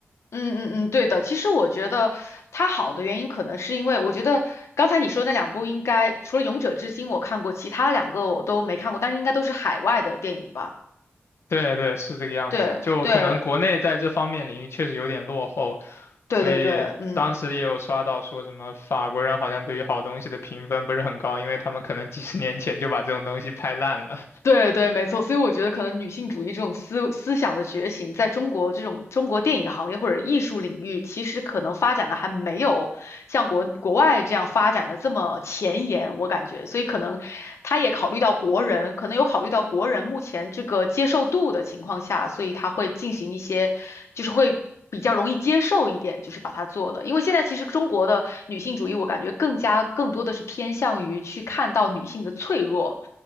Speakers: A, on the left; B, on the left.
A: 嗯嗯嗯，对的。其实我觉得它好的原因，可能是因为我觉得刚才你说那两部，应该除了《勇者之心》我看过，其他两个我都没看过，但是应该都是海外的电影吧？
B: <laughs> 对对，是这个样子。
A: 对对
B: 就可能国内在这方面领域确实有点落后，
A: 对对对，
B: 所以当时也有刷到说什么法国人好像对于好东西的评分不是很高，
A: 嗯。
B: 因为他们可能几十年前就把这种东西拍烂了。
A: 对对，没错，所以我觉得可能女性主义这种思思想的觉醒，在中国这种中国电影行业或者艺术领域，其实可能发展的还没有像国国外这样发展的这么前沿，我感觉，所以可能他也考虑到国人，可能有考虑到国人目前这个接受度的情况下，所以他会进行一些，就是会。比较容易接受一点，就是把它做的，因为现在其实中国的女性主义，我感觉更加更多的是偏向于去看到女性的脆弱，